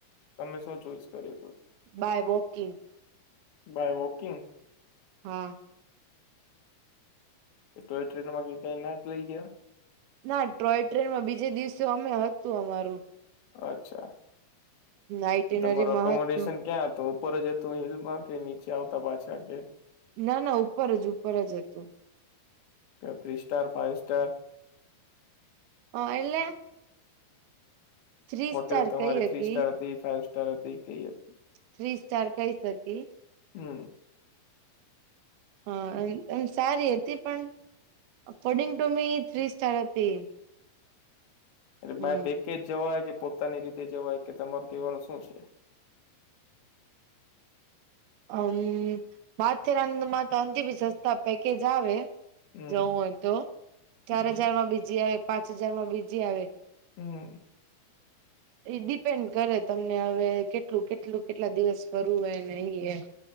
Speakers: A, on the left (about 65°); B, on the right (about 75°).
A: તમે શું ચોઈસ કર્યું હતું?
B: By walking.
A: By walking.
B: હા.
A: ટોય ટ્રેનમાં કે, ક્યાંય ના જ લઇ ગયા.
B: ના ટ્રોય ટ્રેનમાં બીજે દિવસે અમે હતું, અમારું.
A: અચ્છા,
B: આઈટીનરીમાં
A: તો તમારુ અકોમોડેશન
B: હતું
A: ક્યાં હતું? ઉપર જતું હિલમાં કે, નીચે આવતા પાછા કે
B: ના, ના, ઉપર જ ઉપર જ હતું.
A: Three star five star.
B: હ, એટલે થ્રી
A: હોટેલ
B: સ્ટાર
A: તમારી
B: કહી હકી
A: થ્રી સ્ટાર હતી, ફાઈવ સ્ટાર હતી કેઈ હતી?
B: થ્રી સ્ટાર કહી શકી.
A: હમ્મ.
B: હા, એ એમ સારી હતી પણ according to me three star હતી.
A: એટલે
B: હમ
A: બાય પેકેજ જવાય કે પોતાની રીતે જવાય કે તમારું કહેવાનું શું છે.
B: અમ બાથરાંદમાં તો અંત બી સસ્તા પેકેજ આવે.
A: હમ
B: જવું હોય તો ચાર
A: હમ
B: હજાર માં બીજી આવે પાંચ હજાર માં બીજી આવે
A: હમ્મ.
B: એ ડિપેન્ડ કરે તમને હવે કેટલું કેટલું કેટલા દિવસ ફરવું હોયને અહી એ